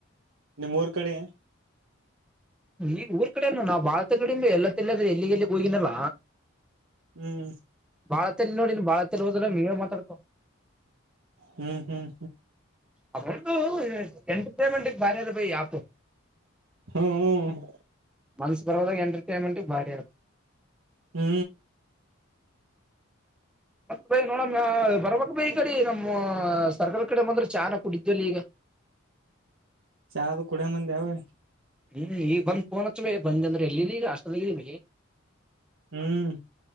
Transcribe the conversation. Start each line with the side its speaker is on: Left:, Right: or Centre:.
Right: ನಿಮ್ಮೂರ್ ಕಡೆ
Centre: ಈಗ ಊರ ಕಡೆ ಏನ್ ನಾ ಬಾಳ ತಿರಗಾಡಿನಿ <unintelligible> ಎಲ್ಲಿ ಅಂತಿ ಅಲ್ಲಿ ಎಲ್ಲಿ ಎಲ್ಲಿಗೆ ಹೋಗಿನಲ್ಲ
Right: ಹ್ಮ್
Centre: ಬಾಳ ತಲ್ಲಿ ನೋಡಿನಿ ಬಾಳ <unintelligible> ನೀವೇ ಮಾತಾಡ್ತಾವು
Right: ಹ್ಮ್ ಹ್ಮ್
Centre: ಅವ ಇರ್ತಾವು ಎಂಟರ್ಟೈನ್ಮೆಂಟ್ ಬಾರಿಬೈ ಯಪು
Right: ಹ್ಮ್ ಹೂ
Centre: <unintelligible> ಬರೋದಾಗ ಎಂಟರ್ಟೈನ್ಮೆಂಟ್ ಭಾರಿ ಆತೆ
Right: ಹ್ಮ್
Centre: ಮತ್ತ <unintelligible> ನೋಡಣ ಬರಬಕು ಈ <unintelligible> ಕಡೆ ನಮ್ಮ ಸರ್ಕಾರಲ್ ಕಡೆ ಬಂದ್ರೆ ಚಾನ ಕುಡಿತಿದ್ದಿಯಲ್ ಈಗ
Right: ಚಾ ಅದು ಕುಡಿಮು ಅಂದೇ <unintelligible>
Centre: ಹೂ ಹೀಗ ಬಂದ್ ಫೋನ್ ಅಚ್ಚ ಬೆ ಬಂದೇದ್ರ ಎಲ್ಲಿ ಅದಿ ಹಾಸ್ಟೆಲ್ <unintelligible> ದಾಗ ಅದಿರಿ
Right: ಹ್ಮ್